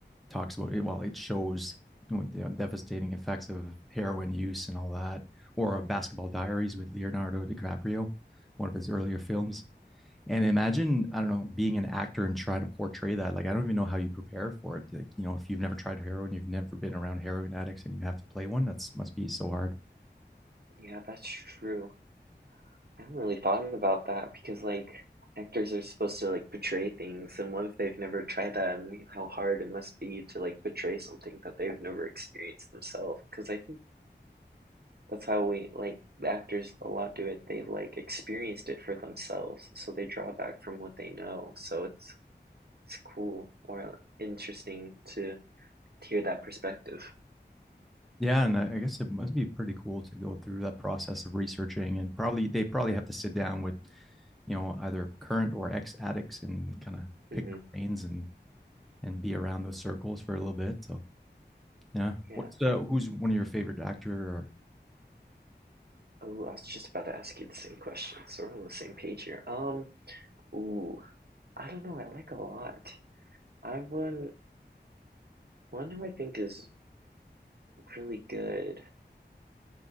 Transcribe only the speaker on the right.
yeah, that's true. I haven't really thought about that because like actors are supposed to like portray things, and what if they've never tried that and how hard it must be to like portray something that they've never experienced themselves? Because I think that's how we like the actors a lot do it. They've like experienced it for themselves, so they draw back from what they know. So it's it's cool or interesting to hear that perspective.
hmm
Yeah.
Oh, I was just about to ask you the same question, so we're on the same page here. Um, ooh. I don't know, I like a lot. I one one who I think is really good. <sighs>